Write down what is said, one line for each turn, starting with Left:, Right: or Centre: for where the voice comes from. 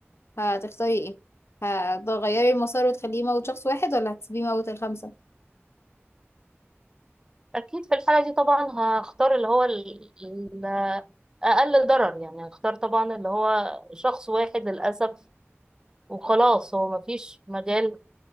Left: هتختاري ايه هتغيري المسار وتخليه يموت شخص واحد ولا هتسيبيه يموت الخمسة
Right: اكيد في الحاله دي طبعا هختار اللي هو ال- ال- اقل ضرر يعني هختار طبعا اللي هو شخص واحد للاسف وخلاص هو مفيش مجال